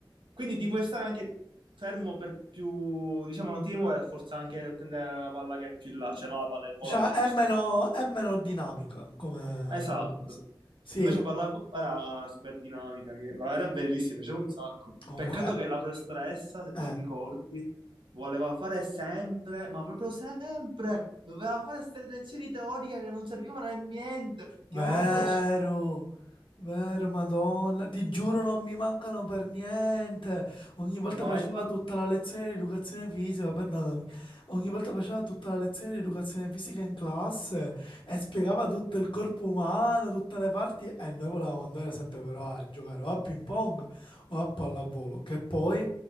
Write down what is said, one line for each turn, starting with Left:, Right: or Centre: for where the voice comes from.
Right: Quindi ti puoi stare anche fermo per più... Diciamo, non ti devi muovere, forse anche prendere la palla che è più in là. Cioè, no, la palla è il volano
Left: Cioè è
Right: in questo
Left: meno, è meno dinamica come,
Right: Esatto.
Left: come cosa. Sì,
Right: Invece pallavolo era super dinamica, che- ma era bellissima, piaceva un sacco.
Left: comunque...
Right: Peccato che la professoressa, se
Left: eh.
Right: ti ricordi, voleva fare sempre, ma proprio sempre, doveva fare queste lezioni teoriche che non servivano a niente, che
Left: Vero,
Right: avevamo pure scelto.
Left: vero, Madonna, ti giuro non mi mancano per niente. Ogni volta
Right: Ma
Left: faceva
Right: esatto,
Left: tutta la lezione di educazione fisica, perdonami. Ogni volta faceva tutta la lezione di educazione fisica in classe e spiegava tutto il corpo umano, tutte le parti e noi volevamo andare sempre però a giocare o a ping pong o a pallavolo. Che poi,